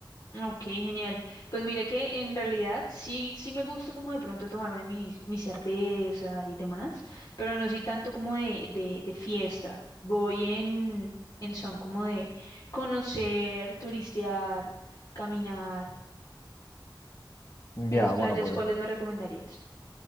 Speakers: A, on the left; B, on the left.
A: Ok, genial. Pues mire que en realidad sí, sí me gusta como de pronto tomarme mi, mi cerveza y demás, pero no soy tanto como de, de, de fiesta. Voy en, en son como de conocer, turistear, caminar.
B: Ya,
A: Esas playas,
B: bueno, pues
A: ¿cuáles me recomendarías?